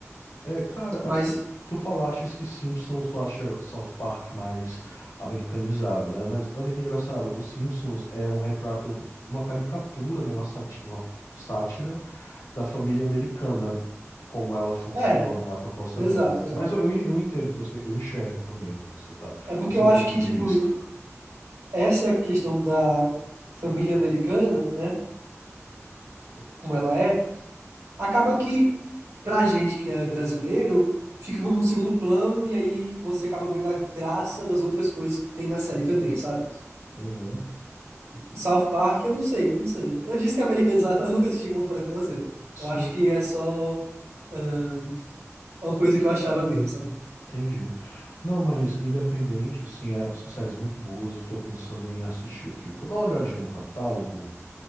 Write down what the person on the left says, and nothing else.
É, cara,
assim, tu falaste que Simpsons tu acha South Park mais americanizado, né? Mas olha que engraçado, o Simpsons é um retrato, uma caricatura, né? Uma sati- uma sátira da família americana, como ela funciona,
a proposta
dela.
Mas eu, eu entendo que você, eu enxergo também o que você tá,
o seu
ponto
de
vista.
Uhum.
Sim,
Entendi. Não, mas independente, assim, é- são séries muito boas. Eu tô pensando em assistir aqui. Vou dar uma olhadinha no catálogo.